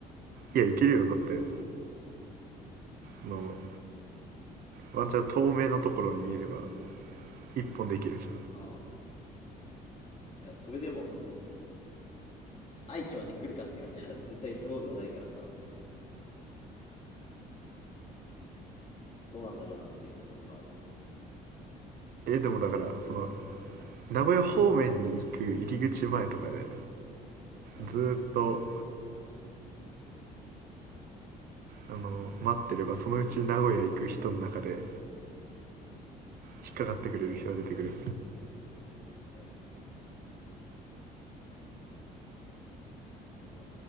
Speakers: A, on the right; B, on the left.
A: いやいけるよだってあのワンチャン透明のところにいれば一本できるじ
B: ああ。いや、それでも、その、愛知まで来るかって言われたら、絶対そうではないからさ、どうなんだろうなっていうところではある。
A: ゃんえでもだからその名古屋方面に行く入り口前とかで
B: うん。
A: ずーっとあの待ってればそのうち名古屋行く人の中で引っかかってくれる人が出てくる
B: ええなんか、